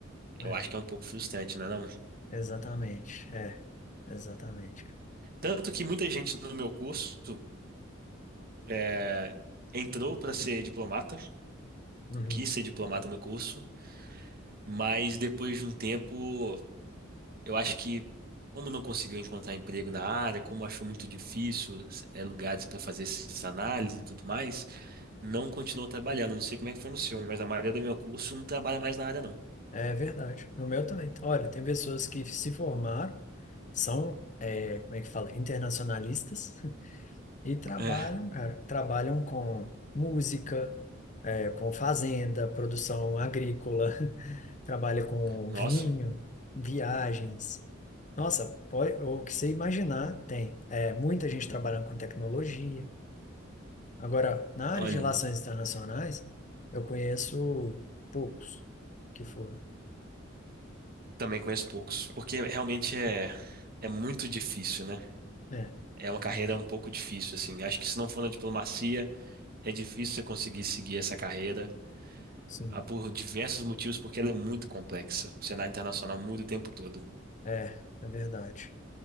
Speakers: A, on the right (about 50°); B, on the left (about 40°).
A: Eu
B: É.
A: acho que é um pouco frustrante, não é não?
B: Exatamente. É. Exatamente.
A: Tanto que muita gente no meu curso é, entrou para ser diplomata,
B: Uhum.
A: quis ser diplomata no curso, mas depois de um tempo, eu acho que como não conseguiu encontrar emprego na área, como achou muito difícil é, lugares para fazer essas análises e tudo mais, não continuou trabalhando. Não sei como é que foi no seu, mas a maioria do meu curso não trabalha mais na área, não.
B: É verdade. No meu também. Olha, tem pessoas que se formaram, são, é, como é que fala? Internacionalistas. E trabalham,
A: É,
B: cara, trabalham com música, é, com fazenda, produção agrícola, <laughs> trabalha com
A: nossa,
B: vinho, viagens. Nossa, pode, o que você imaginar tem. É, muita gente trabalhando com tecnologia. Agora, na
A: olha,
B: área de relações internacionais, eu conheço poucos que foram.
A: também conheço poucos, porque realmente é, é muito difícil, né?
B: né
A: É uma carreira
B: é,
A: um pouco difícil, assim. Acho que se não for na diplomacia, É difícil você conseguir seguir essa carreira,
B: Sim.
A: ah, por diversos motivos, porque ela é muito complexa. O cenário internacional muda o tempo todo,
B: é, é verdade.